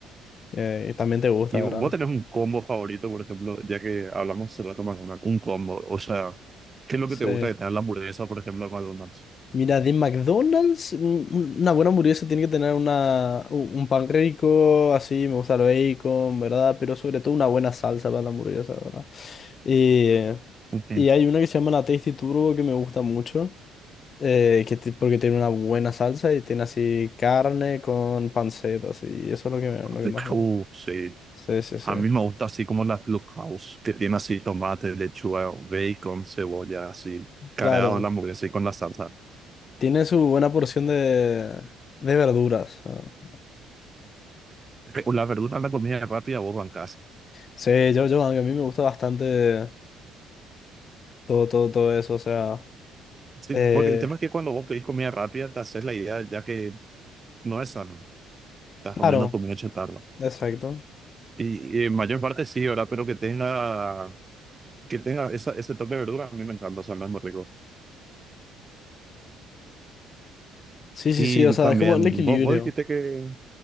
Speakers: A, on the left; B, on the right.
A: Eh, y también te gusta,
B: Y
A: ¿verdad?
B: vos tenés un combo favorito, por ejemplo, ya que hablamos hace rato más de una- un combo. O sea, ¿qué es lo
A: Sí.
B: que te gusta de tener la hamburguesa, por ejemplo, de McDonald's?
A: Mira, de McDonald's, un- una buena hamburguesa tiene que tener una, u- un pan rico, así, me gusta el bacon, ¿verdad? Pero sobre todo una buena salsa para la hamburguesa, ¿verdad? Eh,
B: Ujú.
A: y hay una que se llama la Tasty Turbo que me gusta mucho, eh, que ti- porque tiene una buena salsa y tiene así carne con panceta, así, y eso es lo que, me-
B: Ah,
A: lo que
B: de
A: más veo.
B: House, sí.
A: Sí, sí, sí.
B: A mí me gusta así como la Clubhouse, que tiene así tomate, lechuga, bacon, cebolla, así, cargado
A: Claro,
B: en la hamburguesa y con la salsa.
A: tiene su buena porción de, de verduras, ¿no?
B: Eh, O la verdura en la comida rápida, vos bancás.
A: Sí, yo, yo, a mí me gusta bastante. Todo, todo, todo eso, o sea,
B: Sí,
A: eh,
B: porque el tema es que cuando vos pedís comida rápida, te haces la idea ya que no es sano. Estás
A: claro,
B: comiendo comida chatarra.
A: exacto.
B: Y, y en mayor parte sí, ¿verdad? Pero que tenga que tenga esa, ese toque de verdura, a mí me encanta, o sea, no muy rico.
A: Sí, sí,
B: Y
A: sí, o sea,
B: también,
A: es como el equilibrio.
B: vos, vos dijiste que,